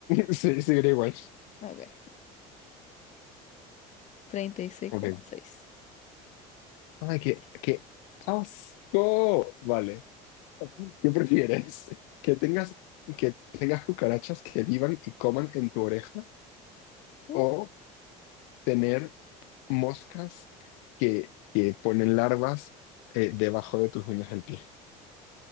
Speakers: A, on the left; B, on the left.
A: <laughs> sí, seguiré igual.
B: No, Ok, 36,6.
A: Ok. Ay, qué, qué asco. Vale. ¿Qué prefieres? ¿Que tengas, que tengas cucarachas que vivan y coman en tu oreja?
B: What?
A: o tener moscas que, que ponen larvas eh, debajo de tus uñas del pie.